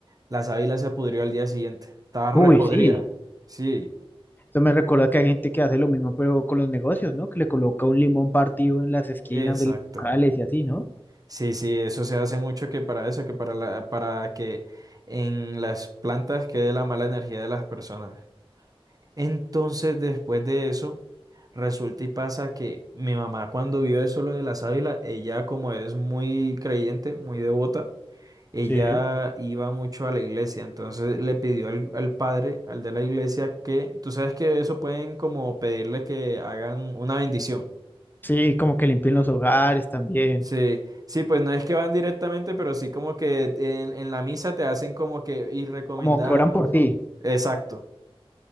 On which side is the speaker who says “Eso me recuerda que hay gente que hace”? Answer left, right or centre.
Left